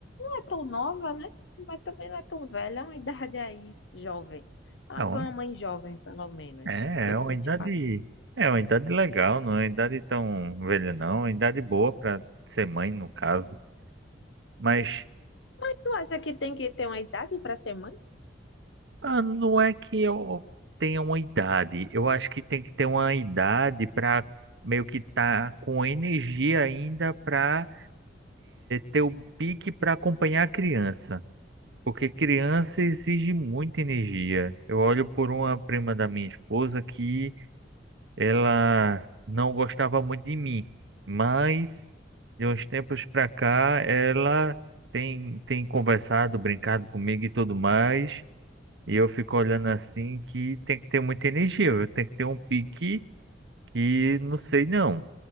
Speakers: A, on the left (about 70°); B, on the right (about 70°).
A: é tão nova, né? Mas também não é tão velha, é uma idade é aí, jovem. Ela
B: É uma-
A: foi uma mãe jovem, pelo menos.
B: é
A: Foi
B: é
A: com
B: uma
A: 24.
B: idade, é uma idade legal, não é uma idade tão velha não, é uma idade boa para ser mãe no caso. Mas
A: Mas tu acha que tem que ter uma idade para ser mãe?
B: ah, não é que eu tenha uma idade, eu acho que tem que ter uma idade para meio que tá com energia ainda para ter o pique para acompanhar a criança. Porque criança exige muita energia. Eu olho por uma prima da minha esposa que ela não gostava muito de mim, mas de uns tempos pra cá ela tem, tem conversado, brincado comigo e tudo mais. E eu fico olhando assim que tem que ter muita energia, viu? tem que ter um pique que não sei não.